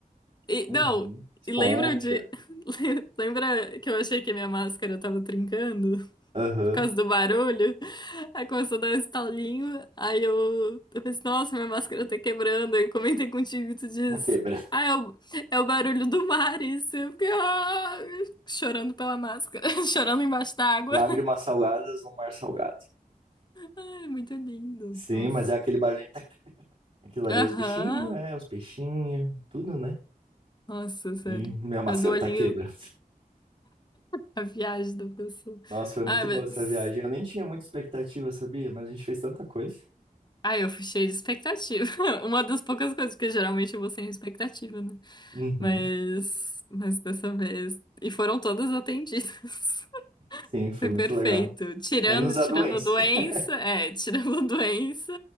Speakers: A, on the left (about 30°); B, on the right (about 45°).
A: E,
B: Uhum.
A: não,
B: Esponja.
A: e lembra de. <laughs> Lembra que eu achei que a minha máscara tava trincando
B: Aham.
A: por causa do barulho? Aí começou a dar um estalinho. Aí eu, eu pensei, nossa, minha máscara tá quebrando. Aí eu comentei contigo e tu diz.
B: A quebra.
A: Ah, é o, é o barulho do mar, isso. Eu fiquei, ah, chorando pela máscara, <laughs> chorando embaixo d'água.
B: Lágrimas
A: <laughs>
B: salgadas no mar salgado.
A: Ai, muito lindo,
B: Sim,
A: nossa.
B: mas é aquele barulhinho. Aquilo ali
A: Aham.
B: é os bichinhos, é, os peixinhos, tudo, né?
A: Nossa, sério.
B: E <laughs> minha máscara
A: mas o olhinho
B: tá quebrando.
A: a viagem da pessoa.
B: Nossa, foi muito
A: ah
B: boa
A: mas.
B: essa viagem. Eu nem tinha muita expectativa, sabia? Mas a gente fez tanta coisa.
A: ah eu fui fechei de expectativa. <laughs> Uma das poucas coisas, porque geralmente eu vou sem expectativa, né?
B: Uhum.
A: Mas. Mas dessa vez. E foram todas atendidas. <laughs>
B: Sim, foi
A: Foi
B: muito
A: perfeito.
B: legal.
A: Tirando,
B: Menos
A: tirando
B: a doença.
A: a doença.
B: <laughs>
A: É, tirando a doença.